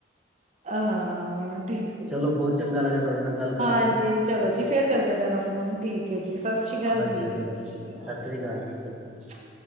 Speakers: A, on the right; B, in the centre.
A: ਅਹਾਂ ਹਾਂ ਠੀਕ ਹੈ
B: ਚਲੋ
A: ਜੀ,
B: ਬਹੁਤ ਚੰਗਾ ਲੱਗਿਆ ਤੁਹਾਡੇ ਨਾਲ ਗੱਲ ਕਰਕੇ
A: ਹਾਂਜੀ ਚਲੋ ਜੀ ਫੇਰ ਕਰਦੇ ਰਹਨਾ ਫੋਨ, ਠੀਕ ਹੈ ਜੀ, ਸਸਿ ਸ਼੍ਰੀ ਕਾਲ
B: ਹਾਂਜੀ,
A: ਜੀ,
B: ਹਾਂਜੀ।
A: ਸਸਿ
B: ਸਤਿ
A: ਸ਼੍ਰੀ ਕਾਲ ਸਸਿ
B: ਸ੍ਰੀ
A: ਸ਼੍ਰੀ
B: ਅਕਾਲ
A: ਕਾਲ।
B: ਜੀ, ਸਤਿ ਸ਼੍ਰੀ